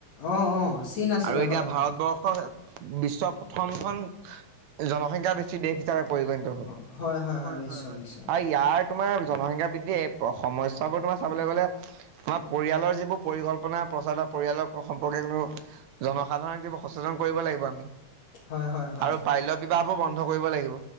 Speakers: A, on the left (about 60°); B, on the right (about 70°).
A: অ অ চীন আছিলে
B: আৰু এতিয়া
A: হয় হয়।
B: ভাৰতবৰ্ষ বিশ্বৰ প্ৰথমখন জনসংখ্যা বেছি দেশ পৰিনত হ'ল।
A: অ হয় হয়
B: হয়
A: নিশ্চয় নিশ্চয়
B: হয়। তোমাৰ জনসংখ্যা বৃদ্ধি এই সমস্যাবোৰ তোমাৰ চাবলৈ গলে তোমাৰ পৰিয়ালৰ যিবোৰ পৰিকল্পনা প্ৰচাৰ বা পৰিয়ালৰ সম্পৰ্কে কোনো জনসাধাৰণক যিবোৰ সচেতন কৰিব লাগিব আমি
A: হয় হয় হয়।
B: আৰু বাল্য বিবাহবোৰ বন্ধ কৰিব লাগিব।